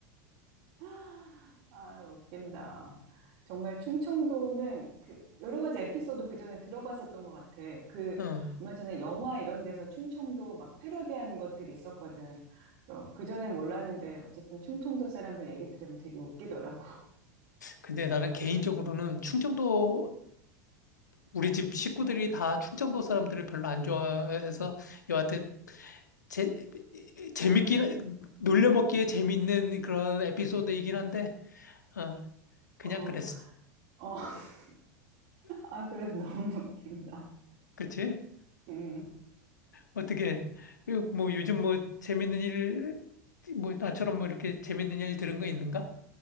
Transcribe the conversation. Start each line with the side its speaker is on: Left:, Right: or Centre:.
Right: <laughs> 아, <gasps> 웃긴다. 정말 충청도는 그 여러 가지 에피소드 그 전에 들어봤었던 것 같아. 그
Left: 응.
Right: 얼마 전에 영화 이런 데서 충청도 막 패러디한 것들이 있었거든. 그래서 그 전에 몰랐는데 어쨌든 충청도 사람들 얘기 들으면 되게 웃기더라고.
Left: 근데 나는 개인적으로는 충청도 우리 집 식구들이 다 충청도 사람들을 별로 안 좋아해서 여하튼 재 재밌긴 놀려먹기에 재밌는 그런 에피소드이긴 한데 어, 그냥
Right: 어,
Left: 그랬어.
Right: 어, <laughs> 아, 그래도 너무 웃긴다.
Left: 그치?
Right: 음.
Left: 어떻게 그 뭐 요즘 뭐 재밌는 일 뭐 나처럼 뭐 이렇게 재밌는 일 들은 거 있는가?